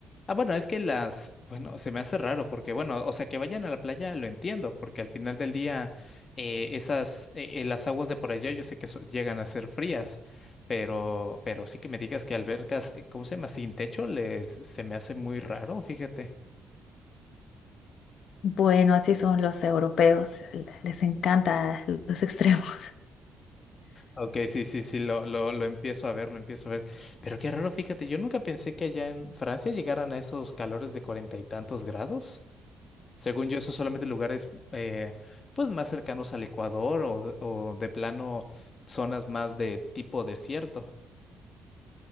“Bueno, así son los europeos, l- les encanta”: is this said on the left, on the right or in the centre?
Left